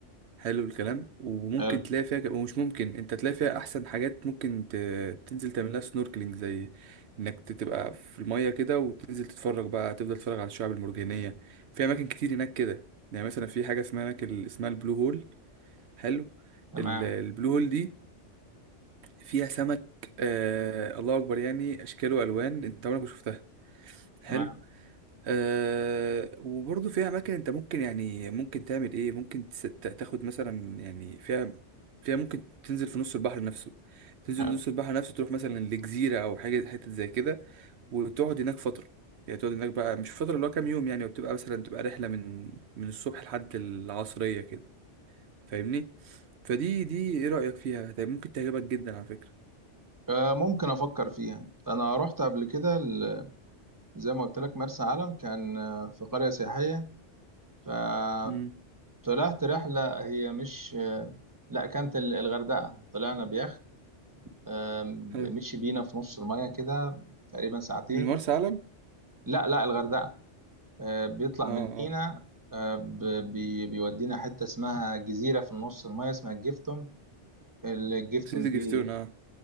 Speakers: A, on the right (about 65°); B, on the right (about 20°).
A: حلو الكلام وممكن
B: حلو
A: تلاقي فيها ك- ومش ممكن انت تلاقي فيها احسن حاجات ممكن ت... تنزل تعملها سنوركلينج زي انك ت- تبقى في المية كده وتنزل تتفرج بقى تفضل تتفرج على الشعاب المرجانية في اماكن كتير هناك كده يعني مثلا في حاجة اسمها هناك ال- اسمها البلو هول حلو
B: تمام
A: ال- البلو هول دي فيها سمك آه... الله اكبر يعني اشكال والوان انت عمرك ما شفتها حلو
B: تمام
A: أه وبرضه فيها أماكن أنت ممكن يعني ممكن تعمل إيه ممكن تس- تا- تاخد مثلا يعني فيها فيها ممكن تنزل في نص البحر نفسه تنزل
B: حلو
A: نص البحر نفسه تروح مثلا لجزيرة أو حاجة حتة زي كده وتقعد هناك فترة يعني تقعد هناك بقى مش فترة اللي هو كام يوم يعني وبتبقى مثلا تبقى رحلة من من الصبح لحد العصرية كده فاهمني فدي دي إيه رأيك فيها طيب ممكن تعجبك جدا على فكرة
B: آه، ممكن أفكر فيها أنا رحت قبل كده ال- زي ما قلت لك مرسى علم كان آه، في قرية سياحية فطلعت
A: امم
B: رحلة هي مش آه، لا كانت ال- الغردقة طلعنا بيخت آم،
A: حلو
B: مشي بينا في نص المية كده تقريبا ساعتين
A: من مرسى علم
B: لا لا الغردقة آه، بيطلع
A: اه اه
B: من المينا آه، ب- بي- بيودينا حتة اسمها جزيرة في النص المية اسمها الجيفتون الجيفتون
A: نسيت جفتون
B: دي
A: اه